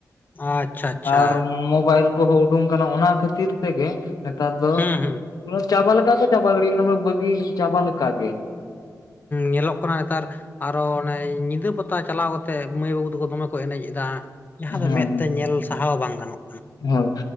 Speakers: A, on the left (about 30°); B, on the left (about 75°).
A: ᱟᱪᱪᱷᱟ ᱟᱪᱪᱷᱟ
B: ᱟᱨ ᱢᱚᱵᱭᱤᱞ ᱠᱚ ᱦᱚᱸ ᱩᱰᱩᱝ ᱠᱟᱱᱟ ᱚᱱᱟ ᱠᱷᱟᱹᱛᱤᱨ ᱛᱮ ᱜᱮ ᱱᱮᱛᱟᱨ ᱫᱚ
A: ᱦᱩᱸ ᱦᱩᱸ
B: ᱪᱟᱵᱟ ᱞᱮᱠᱟ ᱠᱚ ᱪᱟᱵᱟ ᱜᱤᱲᱤ ᱠᱟᱱᱟ ᱵᱟᱹᱜᱤ ᱪᱟᱵᱟ ᱞᱮᱠᱟᱜ ᱜᱮ᱾
A: ᱧᱮᱞᱚᱜ ᱠᱟᱱᱟ ᱱᱮᱛᱟᱨ ᱟᱨᱚ ᱧᱤᱫᱟᱹ ᱯᱟᱛᱟ ᱪᱟᱞᱟᱣ ᱠᱟᱛᱮᱜ ᱢᱟᱹᱭ ᱵᱟᱹᱵᱩ ᱛᱟᱠᱚ ᱫᱚᱢᱮ ᱠᱚ ᱮᱱᱮᱡ ᱮᱫᱟ ᱡᱟᱦᱟᱸ ᱫᱚ
B: ᱦᱮᱸ
A: ᱢᱮᱫ ᱛᱮ ᱧᱮᱞ ᱥᱟᱦᱟᱣ ᱦᱚᱸ ᱵᱟᱝ ᱜᱟᱱᱚᱜᱼᱟ᱾
B: ᱦᱳᱭ